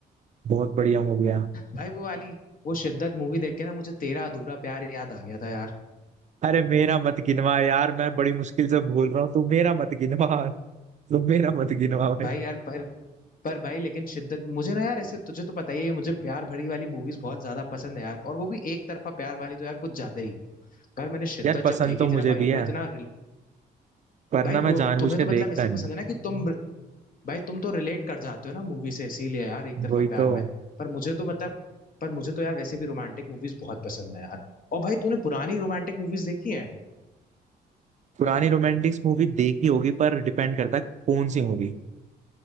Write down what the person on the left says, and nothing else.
भाई वो वाली वो शिद्दत मूवी देख के ना मुझे तेरा अधूरा प्यार याद आ गया था यार
भाई यार पर पर भाई लेकिन शिद्दत मुझे ना यार ऐसे तुझे तो पता ही है मुझे प्यार भरी वाली मूवीज बहुत ज्यादा पसंद है यार और वो भी एक तरफा प्यार वाली तो यार कुछ ज्यादा ही पर मैंने शिद्दत
जब देखी
थी ना भाई
मैं इतना रिल-
भाई
वो
तुम्हें
तो मतलब
इसलिए
पसंद है ना कि तुम भाई तुम तो रिलेट कर जाते हो ना मूवी से इसीलिए यार एक तरफा
प्यार
में पर मुझे तो मतलब पर मुझे तो यार वैसे भी रोमांटिक मूवीज बहुत पसंद है यार और भाई तूने पुरानी रोमांटिक मूवीज देखी है